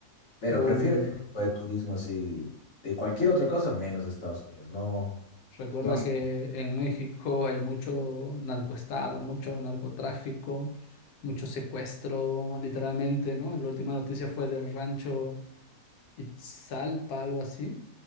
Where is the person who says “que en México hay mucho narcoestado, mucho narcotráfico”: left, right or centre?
Left